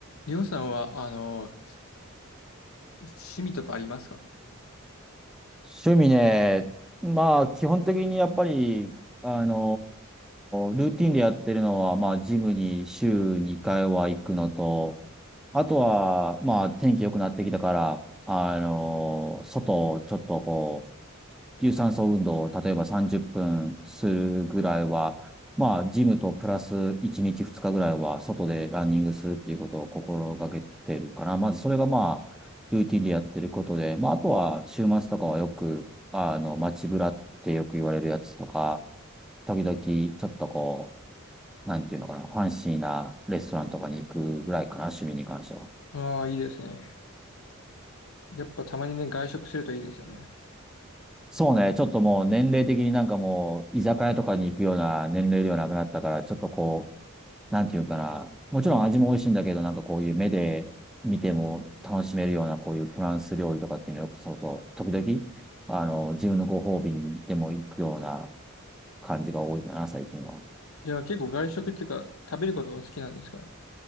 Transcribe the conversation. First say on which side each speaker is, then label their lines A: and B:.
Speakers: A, on the left; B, in the centre.
A: りょうさんは、あの、趣味とかありますか
B: 趣味ね、まあ、基本的にやっぱり、あのールーティンでやってるのは、まあ、ジムに週2回は行くのと、あとは、まあ、天気良くなってきたから、あのー外をちょっと有酸素運動を例えば30分するぐらいは、まあ、ジムとプラス1日2日ぐらいは外でランニングするっていうことを心がけてるから、まずそれがまあ、ルーティンでやってることで、まあ、あとは週末とかはよく、あの、街ブラってよく言われるやつとか、時々ちょっとこう、なんていうのかな、ファンシーなレストランとかに行くぐらいかな、趣味に関しては。
A: ああー、いいですね。やっぱたまにね、外食するといいですよね。
B: そうね、ちょっともう年齢的になんかもう、居酒屋とかに行くような年齢ではなくなったから、ちょっとこなんていうかな、もちろん味も美味しいんだけど、なんかこういう目で見ても楽しめるようなこういうフランス料理とかっていうのよくそうと、時々、あの、自分のご褒美にでも行くような感じが多いかな、最近は。
A: じゃあ結構外食っていうか、食べることも好きなんですか